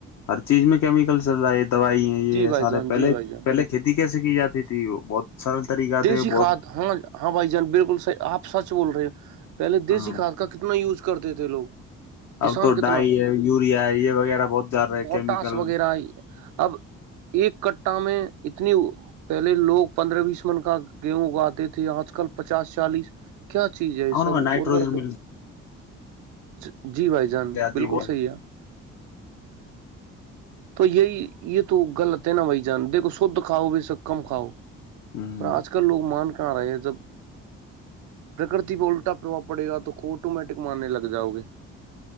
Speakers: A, on the left (about 65°); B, on the right (about 75°).
A: ہر چیز میں کیمیکلس زز دوائی ہیں یہ
B: جی بھائی
A: سارے
B: جان
A: پہلے
B: جی بھائی جان
A: پہلے کھیتی کیسے کی جاتی تھی وہ بہت سرل طریقہ
B: دیسی
A: تھے بہت
B: کھاد ہاں ہاں بھائی جان بالکلح آپ سچ بول رہے ہو پہلے دیسیھاد
A: ہاں
B: کا کتنا یوز کرتے تھے لوگ کسان
A: اب تو
B: کتنا
A: ڈائی ہے یوریا ہے یہ وغیرہ بہت جا رہا ہے
B: پوٹاس
A: کیمیکل
B: وغیرہ اب ایک کٹٹا میں اتنی پہلے لوگ پندرہ بیس سو دشمن کا گیہوں اگاتے تھے آج کل پچاس چالیس کیا چیز ہے یہ سب
A: ان میں نائٹروجن
B: ار ورکیں
A: مل
B: اھ <unintelligible> جی بھائی جان
A: جاتی
B: بالکل
A: بہت
B: صحیح ہے تو یہ یہ تو گل ت نہ بائی جان دیکھ خود کاؤ بھی سے کم کھاؤ
A: ہوں
B: پر آج کل لوگ مان کر کہاں رہا یہ جب <unintelligible> پرکرتی پہ الٹا پرباؤ پڑے گا تو کو آٹومیٹک مارنے لگ جاؤ گے